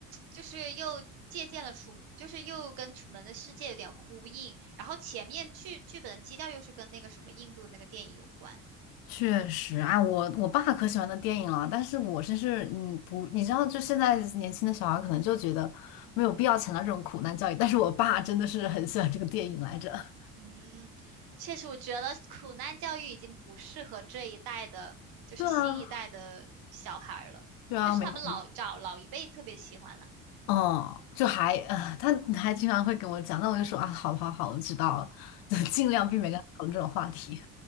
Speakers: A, on the right (about 55°); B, on the left (about 55°).
A: 就是又借鉴了楚，就是又跟《楚门的世界》有点呼应，然后前面剧剧本的基调又是跟那个什么印度那个电影有关。
B: 确实啊，我我爸可喜欢的电影了，但是我真是嗯不，你知道，就现在年轻的小孩可能就觉得没有必要强调这种苦难教育，但是我爸真的是很喜欢这个电影来着。<laughs>
A: 嗯，确实，我觉得苦难教育已经不适合这一代的，就是新一代的小孩儿了。
B: 对啊，对啊，
A: 但是他们老找老一辈特别喜欢了，
B: 没错。嗯，就还啊、他还经常会跟我讲，那我就说啊，好好好，我知道了，就尽量避免跟他讨论这种话题。